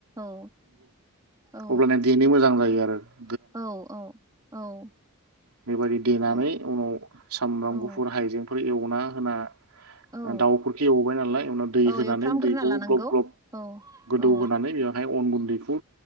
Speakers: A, on the right (about 15°); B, on the right (about 85°).
A: औ औ
B: अब्लानिया देनोमोजांजायो। दे आरोर
A: औ औ औ।
B: बेबायदि देनानै
A: औ
B: उनाव सामब्रामगुफुर
A: औ
B: हइजेंफो बै एवनाहोना
A: औ
B: दाउफोरखौ एवबायनालाय
A: औ
B: होनानै
A: एवफ्रामग्रोना
B: दैखौ
A: लानांगौ
B: ग्लब ग्लब
A: औ
B: गोदौहोनानै
A: औ
B: बेवहाय अनगुन्दैखौ